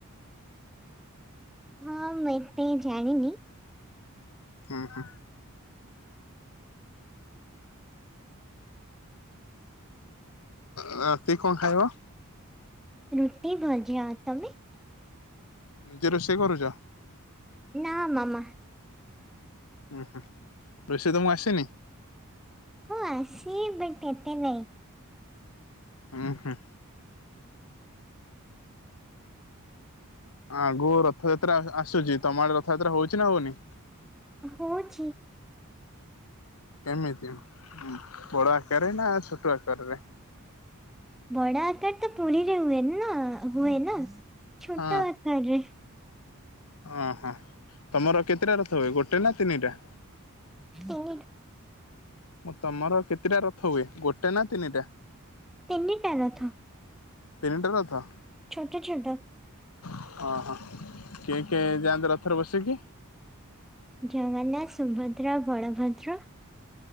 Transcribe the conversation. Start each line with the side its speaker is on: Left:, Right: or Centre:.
Centre: ହଁ ମୁଁ ଏତେ ଜାଣିିନି?
Left: ଉଁ ହୁଁ <inaudible> ରାତିକି କଣ ଖାଇବା?
Centre: ରୁଟି ଭଜା ଆଉ ତମେ?
Left: ନିଜେ ରୋଷେଇ କରୁଛ।
Centre: ନା ମାମା
Left: ଉୁଁ ହୁଁ ରୋଷେଇ ତ ମୁଁ ଆସିନି।
Centre: ହଁ ଆସ ବଟ ଏତେ ନାଇଁ
Left: ହୁ ହୁ। ଆଗକୁ ରଥଯାତ୍ରା ଆସୁଛି ତମ ଆଡେ ରଥଯାତ୍ରା ହଉଛି ନା ହଉନି।
Centre: ହଉଚି
Left: କେମିତି ବଡ ଆକାରରେ ନା ଛୋଟ ଆକାରରେ।
Centre: ବଡ ଆକାର ତ ପୁରୀରେ ହୁଏନି ନା ହୁଏ ନା ଛୋଟ
Left: ହଁ
Centre: ଆକାରରେ
Left: ଓହୋ ତମର କେତେଟା ରଥିବ ଗୋଟେ ନା ତିନିଟା।
Centre: ତିନିଟା
Left: ମୁଁ ତମର କେତେଟା ରଥ ହୁଏ ଗୋଟେ ନା ତିନିଟା।
Centre: ତିନିଟରଥ।
Left: ଟେଣ୍ଟ ରଥ
Centre: ଛୋଟ ଛୋଟ
Left: ଓହୋ କିଏ କିଏ ଯାଆନ୍ତି ରଥରେ ବସିକି।
Centre: ଜଗନ୍ନାଥ ସୁଭଦ୍ରା ବଳଭଦ୍ର